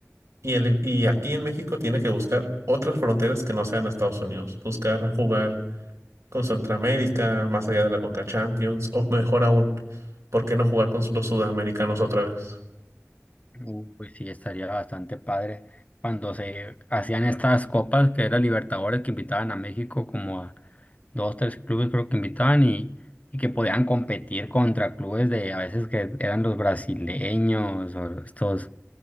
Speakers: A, on the right (about 70°); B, on the left (about 30°).
A: y, el- y aquí en México tiene que buscar otras fronteras que no sean Estados Unidos, buscar jugar con Centroamérica, más allá de la Conca Champions o mejor aún, ¿por qué no jugar con los sudamericanos otra vez?
B: Uh, Pues sí, estaría bastante padre cuando se hacían estas copas que era Libertadores que invitaban a México como a dos, tres clubes creo que invitaban y, y que podían competir contra clubes de a veces que eran los brasileños o estos